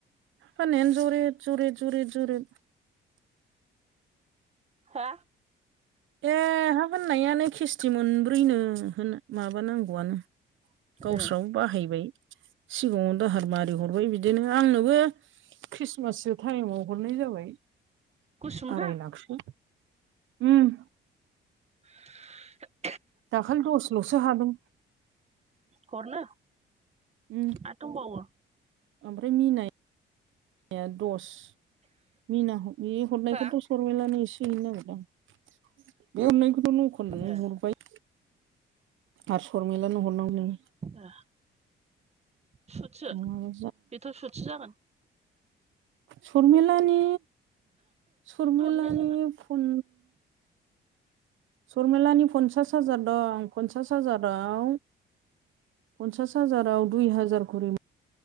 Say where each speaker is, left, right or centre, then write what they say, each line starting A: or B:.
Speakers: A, on the right; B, on the right.
A: फान्नायानो ज'रेद ज'रेद ज'रेद ज'रेद।
B: हो
A: ए हा फान्नायानो खिस्थि मोनब्रैनो होनो माबानांगौआनो। गावस्राबो
B: ए
A: बाहायबाय सिगाङाव दाहार मारि हरबाय बिदिनो आंनोबो ख्रिस्टमाससो टाइमाव हरनाय जाबाय।
B: गुसुमोनहा
A: आराय लाखसो उम।
B: <inaudible>
A: दाखालि दसे ल'सो हादों।
B: हरनो
A: उम
B: आरो दंबावो।
A: ओमफ्राय मिनाय नाया दस मिना ह हरनायखौथ'
B: हा
A: सरमिलानो एसे हैनो नागिरदो आं। बे हरनायखौथ' नंखननो नो
B: ए
A: हरबाय। आरो सरमेलानो हरनांगौ।
B: ओ सुथसो
A: नङाबा
B: बेथ' सुथसो जागोन।
A: सरमिलानि सरमिलानि
B: हरनाय जागोन
A: फुन सरमिलानि पन्सास हाजार दं पन्सास हाजाराव पन्सास हाजाराव दुइ हाजार खरे मो